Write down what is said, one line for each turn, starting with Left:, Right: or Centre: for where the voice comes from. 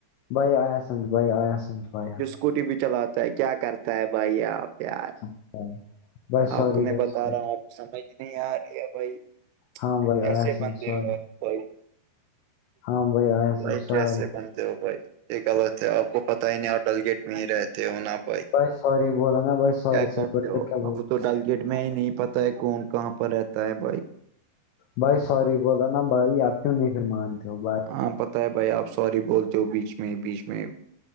Left: بایا آیا سمجھ بائےیا آیا سمجھ بائے
Right: کوٹی بھی چلاتا ہے کیا کرتا ہے بھائی آپ پیار
Left: سمجھ بھائی بھائی سوری
Right: آپ کو میں
Left: بھائی
Right: بتا
Left: سوری
Right: رہا ہوں سمجھ نہیں آ رہی ہے بھائی
Left: ہاں بھائی
Right: کیسے
Left: آیا سمجھ
Right: بندے
Left: سوری
Right: ہو ب
Left: ہاں بھائی آیا سمجھ
Right: بائی
Left: سوری
Right: کیسے کن <unintelligible> بھائی یہ غط ہے آپ کو پتا ہی نہیں آپ ڈل گیٹ میں ہی رہتے ہو نا آپ
Left: بھائی سوری بولا نا بھائی سوری سے
Right: کرتے
Left: بیٹھ
Right: ہو
Left: کر کیا بول
Right: آپ کو تو ڈل گیٹ میں ہی نہیں پتا ہے کون کہاں پر رہتا ہے بائک
Left: بھائی سور بولا نا بھائی آپ چوں نہیں پھر مارتے ہو <inaudible>
Right: ہاں پت ہے بھائی آپ سوری بولتے ہو بیچ میں ہی بیچ میں